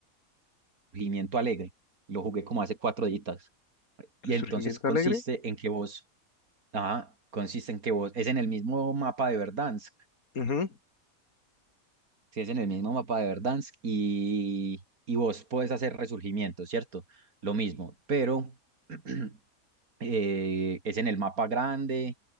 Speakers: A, on the right; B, on the left.
A: Resurgimiento Alegre. Lo jugué como hace cuatro días. Y
B: ¿Resurgimiento
A: entonces consiste
B: Alegre?
A: en que vos, ajá, consiste en que vos, es en el mismo mapa de Verdansk,
B: Ujú.
A: si es en el mismo mapa de Verdansk y, y vos podés hacer resurgimiento, ¿cierto? Lo mismo, pero <clears throat> eh, es en el mapa grande,